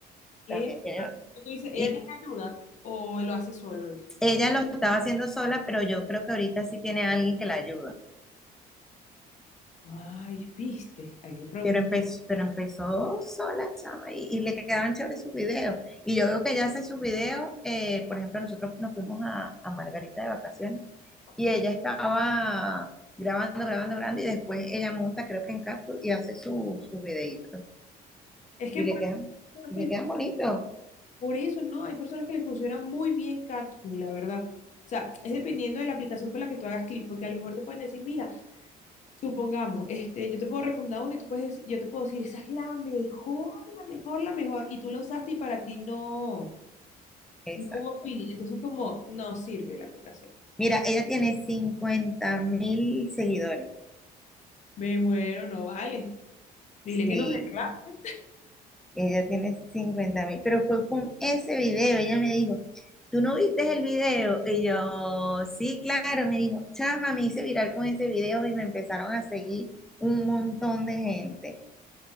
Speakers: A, on the left; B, in the centre.
A: ¿Qué?
B: también tiene.
A: Tú dices, ¿ella
B: Y
A: tiene ayuda o él lo hace solo eso?
B: ella lo estaba haciendo sola, pero yo creo que ahorita sí tiene alguien que la ayuda.
A: Ay, viste, hay que preguntar.
B: Pero empezó, pero empezó sola, chama, y, y le quedaban chéveres sus videos. Y yo veo que ella hace sus videos, eh, por ejemplo, nosotros nos fuimos a, a Margarita de vacaciones
A: Ok.
B: y ella estaba grabando, grabando, grabando, y después ella monta, creo que en Capcom, y hace sus su videitos.
A: Es que
B: Y le
A: por,
B: quedan,
A: personas
B: y
A: que
B: le
A: le-
B: quedan bonitos.
A: por eso no, hay personas que les funciona muy bien Catwoman, la verdad. O sea, es dependiendo de la aplicación con la que tú hagas clip porque a lo mejor te pueden decir, mira, Supongamos, este, yo te puedo recomendar una y tú puedes, yo te puedo decir, esa es la mejor, la mejor, la mejor, y tú la usaste y para ti no,
B: Exacto.
A: no hubo feeling, entonces como, no sirve la aplicación.
B: Mira, ella tiene cincuenta mil seguidores.
A: Me muero, no vale. Dile
B: Sí,
A: que no reclame.
B: Ella tiene 50 mil, pero fue con ese video, ella me dijo, ¿tú no viste el video? Y yo, sí, claro, me dijo, chama, me hice viral con ese video y me empezaron a seguir un montón de gente.